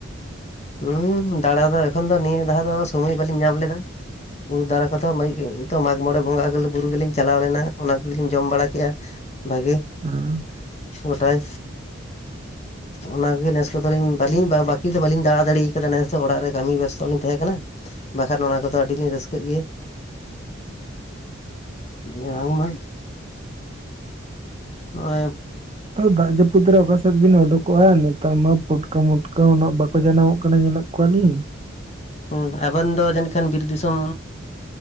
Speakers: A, on the left; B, on the right.
A: ᱦᱩᱸ ᱫᱟᱬᱟ ᱫᱚ ᱮᱠᱷᱚᱱ ᱫᱚ ᱱᱤᱭᱟᱹ ᱫᱷᱟᱣ ᱫᱚ ᱥᱚᱢᱚᱭ ᱵᱟᱞᱤᱧ ᱧᱟᱢ ᱞᱮᱫᱟ᱾ ᱩᱸ ᱫᱟᱨᱮ ᱠᱚᱫᱚ <unintelligible> ᱢᱟᱜᱽ ᱢᱚᱬᱮ ᱵᱚᱸᱜᱟ ᱵᱩᱨᱩ ᱜᱮᱞᱤᱧ ᱪᱟᱞᱟᱣ ᱞᱮᱱᱟ ᱚᱱᱟ ᱠᱚᱜᱮᱞᱤᱧ ᱡᱚᱢ ᱵᱟᱲᱟ ᱠᱮᱫᱮᱜᱼᱟ᱾ ᱵᱷᱟᱜᱮᱼᱼ
B: <unintelligible>
A: ᱜᱚᱴᱟᱭ ᱚᱱᱟᱜᱮ ᱱᱮᱥ ᱠᱚᱫᱚᱧ ᱵᱟᱹᱞᱤᱧ ᱵᱟᱹᱠᱤ ᱫᱚ ᱵᱟᱹᱞᱤᱧᱼᱼ ᱛᱟᱲᱟᱛᱟᱲᱤ ᱠᱟᱫᱟ ᱱᱮᱥ ᱫᱚ ᱚᱲᱟᱜ ᱨᱮ ᱠᱟᱹᱢᱤ ᱵᱮᱥᱛᱚᱜ ᱞᱤᱧ ᱛᱟᱦᱮᱸ ᱠᱟᱱᱟ ᱵᱟᱠᱷᱟᱱ ᱚᱱᱟ ᱠᱚᱫᱚ ᱟᱹᱰᱤᱞᱤᱧ ᱨᱟᱹᱥᱠᱟᱹᱜ ᱜᱮᱭᱟ᱾ ᱵᱟᱝᱢᱟ ᱱᱚᱜᱼᱚᱭᱼᱼ
B: ᱫᱟᱜ ᱡᱟᱯᱩᱛ ᱨᱮ ᱚᱠᱟ ᱥᱮᱛ ᱵᱤᱱ ᱚᱰᱩᱠᱼᱼ ᱠᱚᱜᱼᱟ ᱱᱮᱛᱟᱨ ᱢᱟ ᱯᱩᱴᱠᱟᱹᱢᱩᱴᱠᱟᱹ ᱦᱚᱸ ᱩᱱᱟᱹᱜ ᱵᱟᱠᱚ ᱡᱟᱱᱟᱢᱚᱜ ᱠᱟᱱᱟ ᱧᱮᱞᱮᱫ ᱠᱚᱣᱟᱞᱤᱧ᱾
A: ᱦᱩᱸ ᱟᱵᱮᱱ ᱫᱚ ᱡᱟᱹᱱᱤᱡ ᱠᱷᱟᱱ ᱵᱤᱨ ᱫᱤᱥᱚᱢᱼᱼ